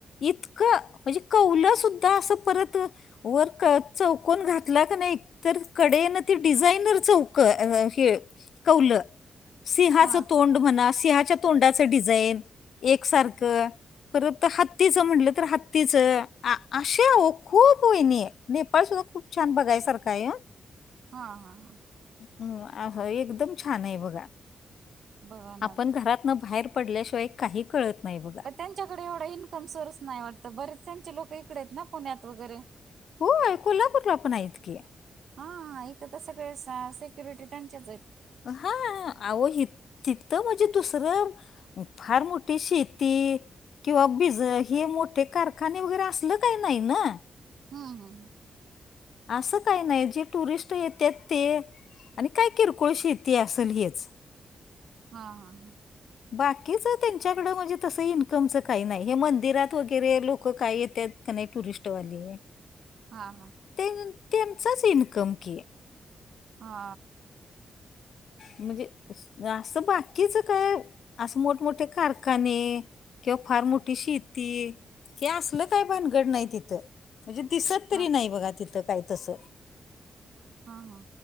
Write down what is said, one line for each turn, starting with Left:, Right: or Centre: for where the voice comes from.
Left: इतकं मजे कौलं सुद्दा असं परत अ वर क चौकन घातला का नाईत तर कडेन ते डिझाईनर चौक. हे कौलं सिहाच
Right: हा
Left: तोंड म्हणा सिंहाच्या तोंडाचं डिझाईन एकसारकं परत हत्तीचं म्हटलं तर हत् तिचं आ आशे आओ खूप वैनी नेपाळ सुद्दा खूप छान बगायसारखं आहे ह. <inaudible> <unintelligible>
Right: हा हा हा.
Left: हम् अस एकदम छान आए बगा
Right: बघा ना
Left: आपन घरात न भाहेर पड्ल्याशिवाय काही कळत नाही बघ.
Right: पण त्यांच्याकडे येवडा इन्कम सोर्स नाई वाटतं बरेच त्यांचे लोकं इकडे आएत ना पुण्यात वगैरे.
Left: होय कोल्हापूरला पण हायेत की.
Right: हा इथं तसं काळे अस सेक्युरिटी त्यांच्याच आहेत.
Left: हा आव हित तिथ म्हणजे दुसरं फार मोठी शेती किंवा बिज हे मोठे कारखाने वगैरे असल काही नाही ना.
Right: हम् हम.
Left: असं काही नाही जे टुरिस्ट येतात ते, आणि काय किरकोळ शेते असेल हेच
Right: हा हा हा.
Left: बाकीच त्यांच्याकड म्हणजे तस इन्कमच काही नाही. हे मंदिरात वगैरे लोक काय येतात का नाही टुरिस्टवाली.
Right: हां हां.
Left: तेन त्यांचाच इन्कम की.
Right: हा
Left: म्हणजे असं बाकीच काय, असं मोठमोठे कारखाने. किंवा फार मोठी शेती, हे असलं काही भानगड नाही तिथं. म्हणजे दिसत तरी
Right: हा हा
Left: नाही बघा, तिथं काय तसं.
Right: हा हा.